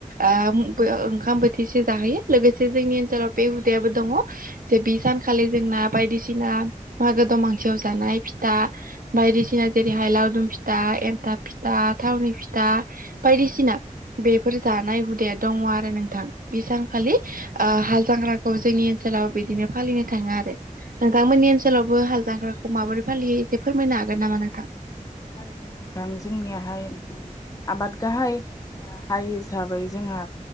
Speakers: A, on the right; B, on the left.
A: ओ ओंखाम बोथिसे जाहोयो लोगोसे जोंनि ओनसोलाव बे हुदायाबो दङ जे बे सानखालि जोंना बायदिसिना मागो दमासियाव जानाय फिथा बायदिसिना जेरैहाय लावदुम फिथा। एन्थाब फिथा थावनि फिथा बायदिसिना बेफोर जानाय हुदाया दङ आरो नोंथां बेसां खालि ओ
B: औ
A: हाल जांग्राखौ जोंनि ओनसोलाव बिदिनो फालिनो थाङो आरो नोंथांमोननि ओनसोलावबो हाल जांग्राखौ माबोरै फालियो एसे फोरमायनो हागोन नामा नोंथां।
B: थारैनो नोंथां जोंनियाहाय उम आबाद गाहाय ओ हाय हिसाबै जोंहा